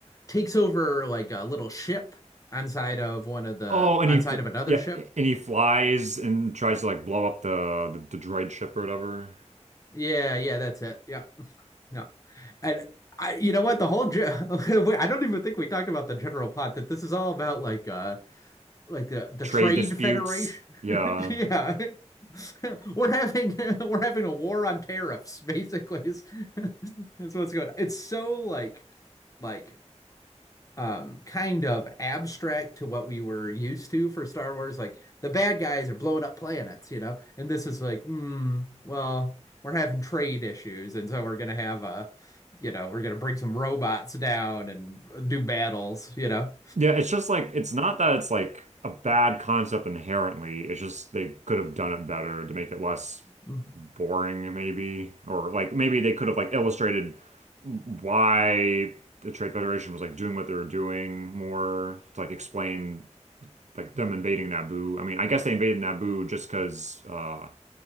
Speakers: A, on the left; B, on the right.
A: takes over like a little ship on side of one of the
B: Oh, and
A: on
B: he fl
A: side of another
B: yeah,
A: ship.
B: and he flies and tries to like blow up the the, the droid ship or whatever.
A: Yeah, yeah, that's it. Yeah, yeah. And I, you know what? The whole ge- <laughs> I don't even think we talked about the general plot that this is all about like uh like the the
B: Trade
A: Trade
B: disputes.
A: Federation.
B: Yeah.
A: <laughs> Yeah. <laughs> We're having <laughs> we're having a war on tariffs, basically. Is, <laughs> is what's going on. It's so like like um kind of abstract to what we were used to for Star Wars. Like the bad guys are blowing up planets, you know? And this is like, hmm, well, we're having trade issues, and so we're gonna have a you know, we're gonna bring some robots down and do battles, you know?
B: Yeah, it's just like it's not that it's like a bad concept inherently. It's just they could have done it better to make it less
A: Mhm.
B: boring, maybe, or like maybe they could have like illustrated why the Trade Federation was like doing what they were doing more to like explain like them invading Naboo. I mean, I guess they invaded Naboo just because uh,